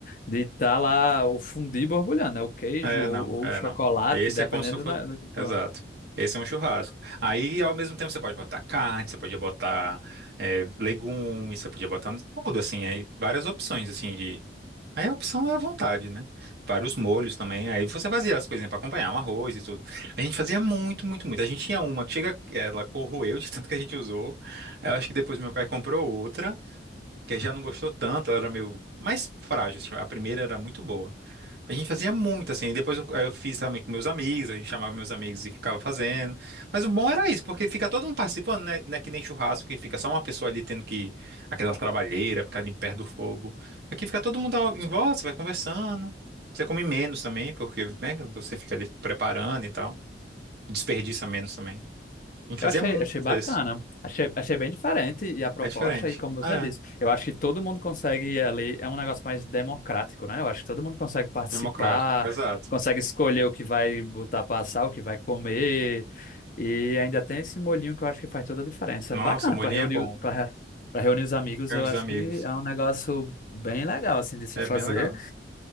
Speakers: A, on the left; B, on the right.
A: de tá lá o fundi borbulhando, né? O queijo
B: É,
A: ou,
B: não,
A: ou
B: é,
A: o chocolate,
B: não. Esse
A: dependendo
B: é como se fosse.
A: da, do que
B: Exato.
A: for.
B: Esse é um churrasco. Aí, ao mesmo tempo, você pode botar carne, você podia botar é, legumes, você podia botar tudo, assim, aí várias opções, assim, de. Aí a opção é à vontade, né? Vários molhos também. Aí você fazia as coisinhas pra acompanhar, um arroz e tudo. A gente fazia muito, muito, muito. A gente tinha uma que chega, ela corroeu de <laughs> tanto que a gente usou. Eu acho que depois meu pai comprou outra, que já não gostou tanto, ela era meio mais frágil. assim, A primeira era muito boa. A gente fazia muito, assim, e depois eu, eu fiz também com meus amigos, a gente chamava meus amigos e ficava fazendo. Mas o bom era isso, porque fica todo mundo participando, né? Não é que nem churrasco, que fica só uma pessoa ali tendo que, aquela trabalheira, ficar ali perto do fogo. Aqui fica todo mundo ao- em volta, você vai conversando. Você come menos também, porque, né, você fica ali preparando e tal. Desperdiça menos também. A gente
A: Eu
B: fazia
A: achei,
B: muito
A: achei bacana.
B: isso.
A: Achei, achei bem diferente e a proposta,
B: É diferente.
A: e como você
B: É,
A: disse, eu acho que todo mundo consegue ali, é um negócio mais democrático, né? Eu acho que todo mundo consegue participar,
B: democrático, exato.
A: consegue escolher o que vai botar pra assar, o que vai comer, e ainda tem esse molhinho que eu acho que faz toda a diferença.
B: Nossa,
A: Bacana,
B: o molhinho
A: para reunir,
B: é bom.
A: para para reunir os amigos,
B: Reúne
A: eu
B: os
A: acho
B: amigos.
A: que é um negócio bem legal, assim, de se
B: É
A: fazer.
B: bem legal.